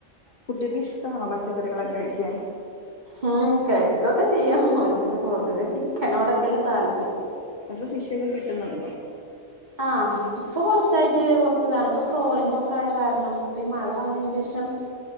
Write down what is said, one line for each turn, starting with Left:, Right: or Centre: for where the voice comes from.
Left: കുട്ടിക്ക് ഇഷ്ടമാണോ പച്ചക്കറികളൊക്കെ കഴിക്കാൻ?
Right: ഉം കഴിക്കൊക്കെ ചെയ്യും. ഓലക്ക് പൊതുവെ ചിക്കനോടൊക്കെല്ലേ താൽ
Left: <unintelligible> ഫിഷ് ഒക്കെ കിട്ടുന്നുണ്ടോ?
Right: ആഹ് ഇപ്പൊ കൊറച്ചായിട്ട് കൊറച്ച് ഇതാണ് ഇപ്പൊ ട്രോളിംഗ് ഒക്കെ ആയ കാരണം ഇപ്പീ മഴ വന്നതിന് ശേഷം